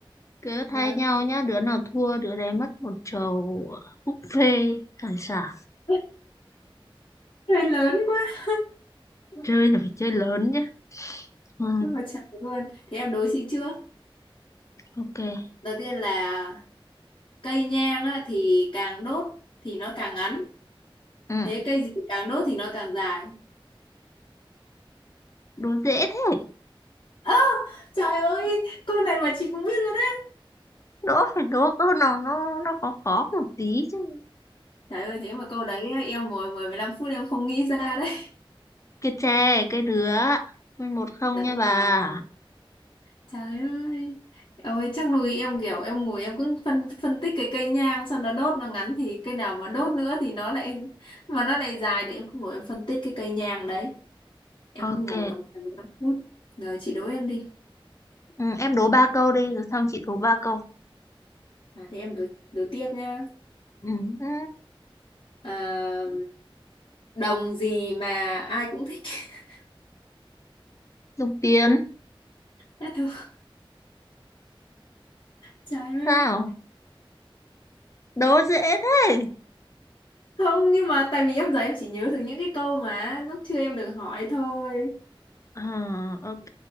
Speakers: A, on the left; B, on the left.
A: Cứ
B: Vâng.
A: thay nhau nhá, đứa nào thua đứa đấy mất một chầu buffet hải sản.
B: <laughs> Chơi lớn quá,
A: Chơi là phải chơi lớn nhá. Ừ,
B: nhưng mà trời luôn. Thế em đố chị trước.
A: ok.
B: Đầu tiên là cây nhang á, thì càng đốt thì nó càng ngắn.
A: Ừ,
B: Thế cây gì càng đốt thì nó càng dài.
A: đố dễ thế.
B: Ơ, trời ơi, câu này mà chị cũng biết luôn đấy.
A: Đố phải đố câu nào nó nó khó khó một tí chứ.
B: Trời ơi, thế mà câu đấy em ngồi mười mười lăm phút em không nghĩ ra đấy.
A: Cái chè, cái đứa. Một không
B: Đúng
A: nha bà.
B: rồi. Trời ơi. Ôi chắc nuôi em kiểu em ngồi em cứ phân phân tích cái cây nhang xong nó đốt nó ngắn thì cây nào mà đốt nữa thì nó lại mà nó lại dài để em cứ ngồi em phân tích cái cây nhang đấy. Em
A: Ok.
B: cứ ngồi tầm 15 phút. Rồi chị đố em đi.
A: Ừ, em đố ba câu đi rồi xong chị đố ba câu.
B: À, thì em đố, đố tiếp nhá.
A: Ừ, ừ,
B: À, đồng gì mà ai cũng thích. <laughs>
A: dùng tiền.
B: Đã được. Trời ơi.
A: Sao? Đố dễ thế.
B: Không nhưng mà tại vì em giờ em chỉ nhớ được những cái câu mà lúc chưa em được hỏi thôi.
A: Ờ, ok,